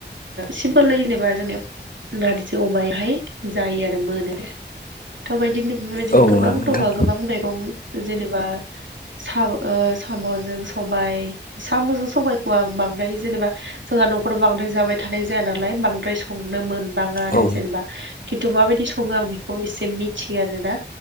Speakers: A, on the right; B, on the left.
A: सिमपोल जेनेबा जोंनि नारजि अमायाहाय जायो आरो मोनोे। थ'बायदिनो बेबायदिनो
B: औ
A: गोबां
B: नंगौ नोंथां
A: दङ गोबां मैगं जेनेबा सा साम' जों सबाय साम'जों सबायखौ आं बांद्राय जेनेबा जोंहा न'खराव बांद्राय जाबाय थानाय जाया नालाय बांद्राय संनो मोनबाङा आरो
B: औ
A: जेनेबा खिन्थु माबायदि सङो आं बेखौ एसे मिथियो आरोना